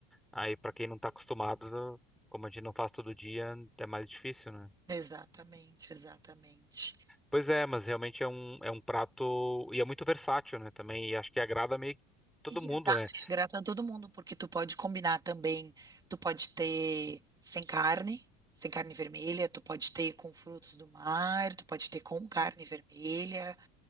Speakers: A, in the centre; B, on the right.
A: Aí para quem não está acostumado, como a gente não faz todo dia, é mais difícil, né?
B: exatamente, exatamente.
A: Pois é, mas realmente é um, é um prato e é muito versátil, né, também, e acho que agrada meio que todo
B: E
A: mundo,
B: é exato,
A: né?
B: e é grato a todo mundo, porque tu pode combinar também, tu pode ter sem carne, sem carne vermelha, tu pode ter com frutos do mar, tu pode ter com carne vermelha,